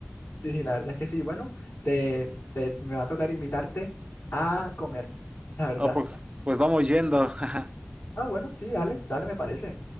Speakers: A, on the left; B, on the right.
A: Sí, sí, la verdad es que sí. Bueno, te, te- me va a tocar invitarte a comer, la verdad.
B: Ah, pues, pues vamos yendo. <laughs>
A: Ah, bueno, sí, dale, dale, me parece.